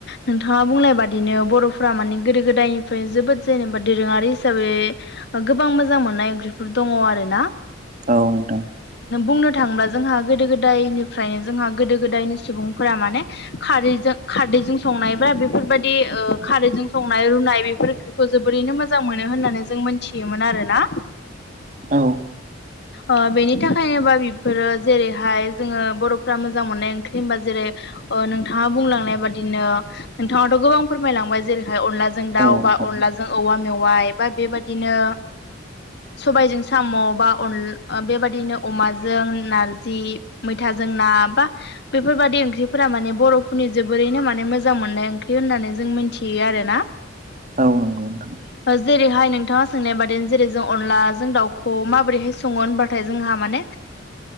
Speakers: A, on the left; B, on the right.
A: नोंथांङा बुंनाय बादिनो बर'फ्रा माने गोदो गोदायनिफ्राय जोबोद जेनेबा दोरोङारि हिसाबै गोबां मोजां मोननाय ओंख्रिफोर दं। ङ आरोना
B: औ नोंथां
A: बुंनो थांङोबा जोंहा गोदो गो दायनिफ्रायनो जोंहा गोदो गोदायनि सुबुंफोरा माने खारैजो खारदैजों संनाय ब्रा बेफोर बायदि ओ खारैजों संनाय रुनाय बेफोर ओंख्रिखौ जोबोरैनो मोजां मोनो होननानै जों मोनथियोमोन आरो। ना?
B: औ।
A: ओ बेनि थाखायनोबा बेफोरो जेरैहाय जोङो बर'फ्रा मोजां मोननाय ओंख्रि होनबा जेरै ओ नोंथाङा बुंलांनाय बादिनो नोंथाङाथ' गोबां फोरमायलांबाय जेरैहाय अनलाजों दाउ
B: औ नोंथां
A: बा अनलाजों औवा मेवाइ बा बेबादिनो सबायजों साम' बा अन बेबादिनो अमाजों नारजि मैथाजों ना बा बेफोरबायदि ओंख्रिफोरा माने बर'फोरनि जोबोरैनो माने मोजां मोननाय ओंख्रि होननानै जों मिथियो आरो ना?
B: औ नंगौ नोंथां।
A: ओ जेरैहाय नोंथाङा सोंनाय बादि जेरै जों अनला जों दाउखौ माबोरैहाय संङो होनबाथाय जोंहा माने